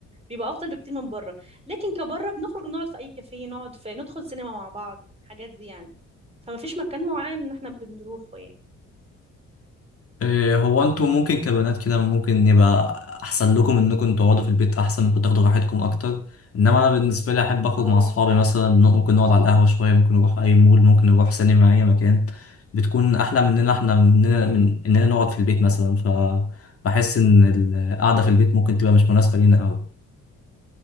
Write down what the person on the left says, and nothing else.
إيه، هو انتوا ممكن كبنات كده ممكن يبقى احسن لكم انكم تقعدوا في البيت احسن ممكن تاخدوا راحتكم اكتر انما انا بالنسبه لي احب اخرج
مع اصحابي
مثلا ن- ممكن نقعد على القهوه شويه ممكن نروح اي مول ممكن نروح سينما اي مكان بتكون احلى مننا احنا مننا
من اننا نقعد في البيت مثلا فبحس ان القعده في البيت ممكن تبقى مش مناسبه لينا قوي